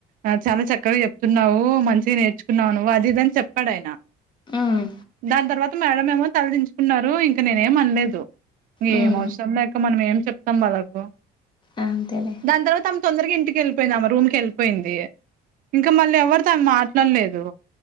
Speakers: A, on the right; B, on the left.
A: ఆ చాలా చక్కగా చెప్తున్నవు మంచిగా నేర్చుకున్నావు నువ్వు అది ఇదని చెప్పాడు ఆయన
B: హ్మ్
A: దాని తర్వాత మేడం ఏమో తలదించుకున్నారు ఇంక నీనేమ్ అన్లేదు
B: హ్మ్
A: ఏం అవసరం లే అక్క మనం ఏం చెప్తాం వాళ్ళకు
B: అంతే లే
A: దాని తర్వాత ఆమె తొందరగా ఇంటికెళ్ళిపోయింది ఆమ రూమ్ కెళ్ళిపోయింది ఇంకా మళ్ళీ ఎవ్వరి తో మా డలేదు